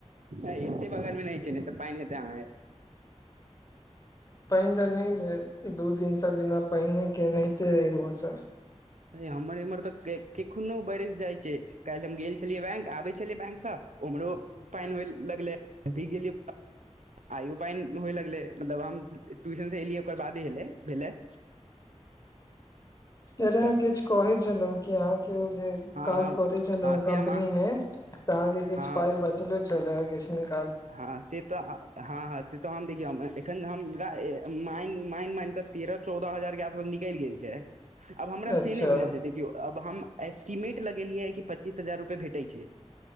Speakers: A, on the right (about 85°); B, on the left (about 30°).
A: एयों एतेक बगलमे नै छै, ने तऽ पैन हेतै आ
B: पैन तऽ नै भेल दू दिन से बिना पाइन केनाहिते रहय मौसम
A: हमर एम्हर तऽ, कखनो बरइस जाइ छै। काइल हम गेल छलियै बैंक आबै छलियै बैंकसँ उम्हरो पैन हो लगलै भीग गेलियै आइयो पैन होइ लगलै मतलब हम ट्यूशन से एलियै ओकर बादेे होलै भेलै।
B: अरे अहाँ
A: पर
B: किछु कहै छलौं कि अहाँके ओ जे
A: हँ
B: काज
A: हँ
B: करै छलौं
A: हँ से
B: कम्पनी
A: हम
B: में त अहाँ के किछु
A: हँ
B: पाइ बचलो छल्ला? किछ निक
A: हँ से तऽ, अ-हँ-हँ से तऽ हम देखियौ हम एखन हम रा ए-माइन-माइन-माइन क तेरऽ चौदऽ हजार के आसपास निकैल गेल छै। आब हमरा से
B: अच्छा
A: नैय बुझल छै, देखियौ आब हम आइस्टीमेट लगेलियै कि पच्चीस हजार रुपए भेटै छै,